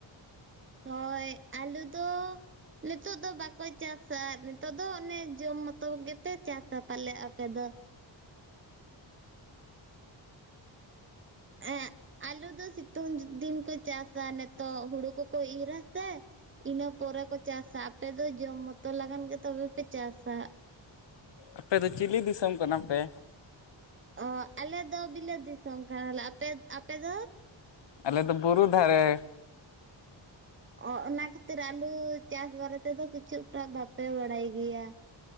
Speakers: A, on the right (about 25°); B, on the left (about 60°).
A: ᱦᱚᱭ ᱟᱞᱩ ᱫᱚ ᱱᱤᱛᱚᱜ ᱫᱚ ᱵᱟᱠᱚ ᱪᱟᱥᱟ ᱱᱤᱛᱚᱜ ᱫᱚ ᱚᱱᱮ ᱡᱚᱢ ᱢᱚᱛᱚ ᱜᱮᱯᱮ ᱪᱟᱛᱟ ᱯᱟᱞᱮᱫ ᱟᱯᱮ ᱫᱚ᱾ ᱮᱸ ᱟᱞᱩ ᱫᱚ ᱥᱤᱛᱩᱝ ᱫᱤᱱ ᱠᱚ ᱪᱟᱥᱟ ᱱᱤᱛᱚᱜ ᱦᱳᱲᱳ ᱠᱚᱠᱚ ᱤᱨᱟ ᱥᱮ᱾ ᱤᱱᱟᱹ ᱯᱚᱨᱮ ᱠᱚ ᱪᱟᱥᱟ ᱟᱯᱮ ᱫᱚ ᱡᱚᱢ ᱢᱚᱛᱚ ᱞᱟᱜᱟᱱ ᱜᱮ ᱛᱚᱵᱮ ᱯᱮ ᱪᱟᱥᱟ᱾
B: ᱟᱯᱮ ᱫᱚ ᱪᱤᱞᱤ ᱫᱤᱥᱚᱢ ᱠᱟᱱᱟ ᱯᱮ?
A: ᱚ ᱟᱞᱮ ᱫᱚ ᱵᱤᱞᱟᱹ ᱫᱤᱥᱚᱢ ᱠᱟᱱᱟᱞᱮ᱾ ᱟ ᱟᱯᱮ ᱫᱚ?
B: ᱟᱞᱮ ᱫᱚ ᱵᱩᱨᱩ ᱫᱷᱟᱨᱮ᱾
A: ᱚ ᱚᱱᱟ ᱠᱷᱟᱹᱛᱤᱨ ᱟᱞᱩ ᱪᱟᱥ ᱵᱟᱨᱮ ᱛᱮᱫᱚ ᱠᱤᱪᱷᱩᱴᱟ ᱵᱟᱯᱮ ᱵᱟᱲᱟᱭ ᱜᱮᱭᱟ᱾